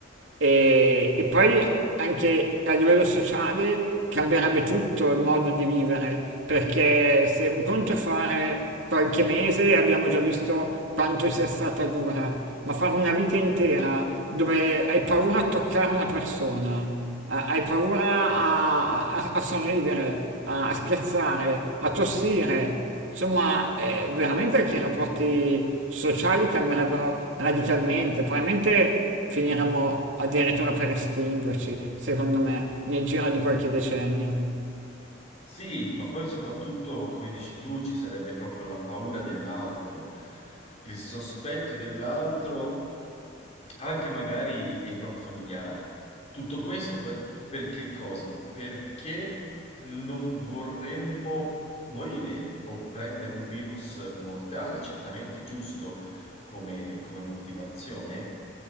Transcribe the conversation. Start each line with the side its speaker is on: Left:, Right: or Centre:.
Right: e, e poi anche a livello sociale cambierebbe tutto il modo di vivere, perché se un conto è fare qualche mese, abbiamo già visto quanto sia stata dura, ma fare una vita intera dove hai paura a toccare una persona, a- hai paura a, a- a sorridere, a, a scherzare, a tossire, Insomma, eh, veramente che i rapporti sociali cambierebbero radicalmente, probabilmente finiremmo addirittura per estinguerci, secondo me, nel giro di qualche decennio.
Left: Sì, ma poi soprattutto, come dici tu, ci sarebbe proprio la paura dell'altro, il sospetto dell'altro, anche magari dei propri familiari. Tutto questo per, per che cosa? Perché non vorremmo morire o prendere un virus mortale, certamente giusto come, come motivazione,